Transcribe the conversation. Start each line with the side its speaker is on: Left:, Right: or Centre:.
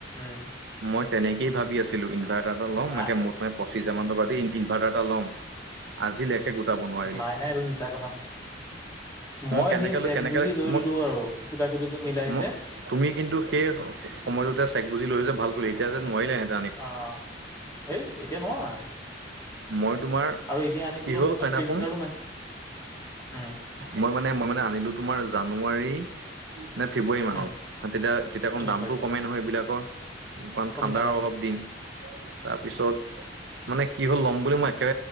Left: উম
Right: মই তেনেকেই ভাবি আছিলো ইনভাৰ্টাৰ এটা ল'ম
Left: নাই
Right: মাকে ম পঁচিছ হাজাৰমান টকা দি ইন ইনভাৰটাৰ এটা ল'ম আজিলৈক এ গোটাব নোৱা
Left: নাই নাই এইটো মিছা কথা মই
Right: কেনেকে
Left: সেই চেক
Right: লৈ কেনেকে
Left: বুজি লৈ
Right: মোক
Left: ললো আৰু কিবা কিবি কি মিলাই
Right: মোক
Left: যে
Right: তুমি কিন্তু সেই সময়টোতে চেক বুজি লৈ যে ভাল কৰিলি এতিয়া যে নোৱাৰিলেহেঁতে
Left: অ হেই এতিয়া নোৱাৰা আৰু
Right: মই তোমাৰ
Left: আৰু এতিয়া আনিবলৈ
Right: কি হ'ল
Left: মোৰ
Right: সেইদিনাখন
Left: তাত ক্ৰেডিট কাৰ্ডো নাই উম
Right: মই মানে মই মানে আনিলোঁ তোমাৰ জানুৱাৰী নে ফেব্ৰুৱাৰী মাহত
Left: উম
Right: অ তেতিয়া তেতিয়া অকণ
Left: গম
Right: দামটোও
Left: পাইছ
Right: কমেই নহয় এইবিলাকৰ কাৰণ
Left: কমি
Right: ঠাণ্ডাৰ
Left: যায় কমি
Right: অলপ
Left: যায়
Right: দিন তাৰপিছত মানে কি হ'ল ল'ম বুলি মই একে